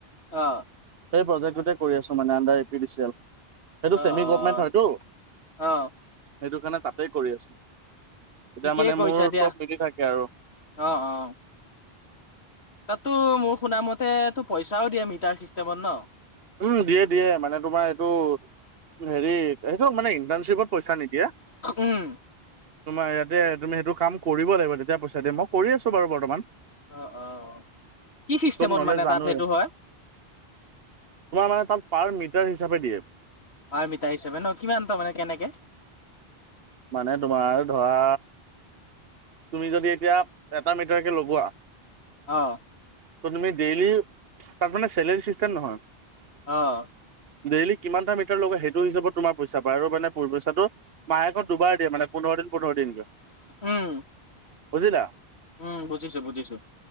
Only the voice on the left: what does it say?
অ।
অ',
অ',
অ',
ঠিকেই
কৰিছা
দিয়া
অ'
অ' তাঁতো মোৰ শুনামতে টো পইচাও দিয়ে মিটাৰ চিষ্টেমত ন।
উম,
অ' অ' কি চিষ্টেমত
মানে
তাত সেইটো হয়।
হয় মিতা হিচাপে ন কিমান তাৰমানে কেনেকে।
অ'।
অ'
উম।
উম, বুজিছো-বুজিছো।